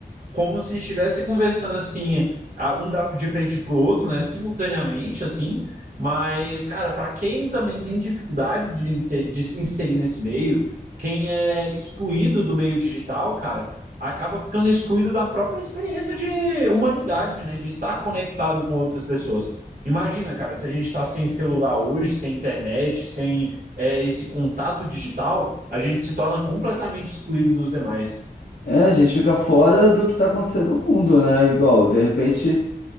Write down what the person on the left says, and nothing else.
É, a gente fica fora do que está acontecendo no mundo, né? Igual, de repente,